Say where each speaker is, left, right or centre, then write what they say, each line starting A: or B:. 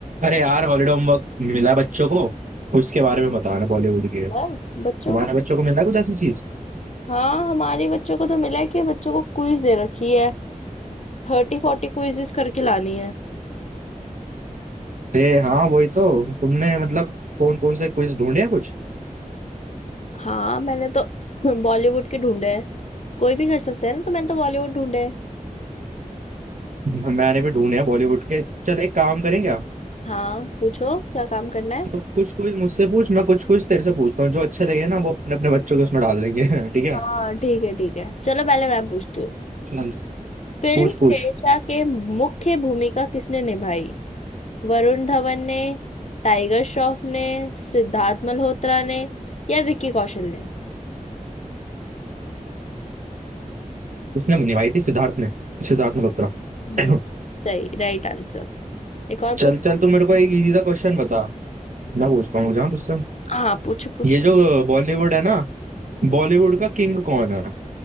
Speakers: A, on the right (about 65°); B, on the left (about 55°).
A: अरे यार holiday homework मिला है बच्चों को उसके बारे में बताना बॉलीवुड के
B: है?
A: तुम्हारे
B: बच्चों को
A: बच्चों को मिला है कुछ ऐसी चीज
B: हाँ हमारे बच्चों को तो मिला है कि बच्चों को क्विज दे रखी है थर्टी फोर्टी क्विजेस करके लानी है
A: दे हाँ वही तो तुमने मतलब कौन कौन से क्विज ढूंढे हैं कुछ
B: हाँ मैंने तो <clears throat> <laughs> बॉलीवुड के ढूंढे हैं कोई भी कर सकता है ना तो मैंने तो बॉलीवुड ढूंढे हैं।
A: मैंने भी ढूंढे हैं बॉलीवुड के चल एक काम करें क्या
B: हाँ पूछो क्या काम करना है
A: तो कुछ क्विज मुझसे पूछ मैं कुछ क्विज तेरे से पूछता हूँ जो अच्छे लगे ना वो अपने अपने बच्चों के उसमें डाल देंगे <laughs> ठीक है
B: हाँ ठीक है ठीक है चलो पहले मैं पूछती हूँ
A: चल
B: फिल्म
A: पूछ
B: शेरशाह
A: पूछ
B: के मुख्य भूमिका किसने निभाई वरुण धवन ने टाइगर श्रॉफ ने सिद्धार्थ मल्होत्रा ने या विक्की कौशल ने
A: उसने निभाई थी सिद्धार्थ ने सिद्धार्थ मल्होत्रा <coughs>
B: हम्म
A: <clears throat>
B: सही राइट आंसर एक और
A: चल
B: पूछ
A: चल तू मेरे को एक इजी सा क्वेश्चन बता मैं पूछता हूँ जहाँ तुझसे
B: हाँ पूछो पूछो
A: ये जो बॉलीवुड है ना बॉलीवुड का किंग कौन है